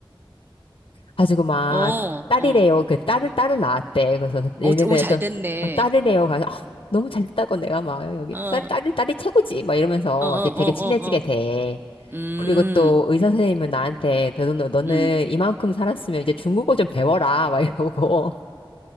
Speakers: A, on the left; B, on the right.
A: 가지고 막
B: 어,
A: 딸이래요.
B: 어.
A: 그 딸을 딸을 낳았대. 그래서
B: 오,
A: 얘네들
B: 오, 잘
A: 또
B: 됐네.
A: 어, 딸이래요.
B: 어,
A: 가서 아, 너무 잘 됐다고 내가 막 여기
B: 어,
A: 딸 딸이
B: 어,
A: 딸이 최고지. 막 이러면서
B: 어, 어, 어.
A: 이렇게 되게 친해지게
B: 어.
A: 돼.
B: 음,
A: 그리고 또 의사 선생님은 나한테 너, 너- 너는
B: 음.
A: 이만큼 살았으면 이제 중국어 좀 배워라 막 이러고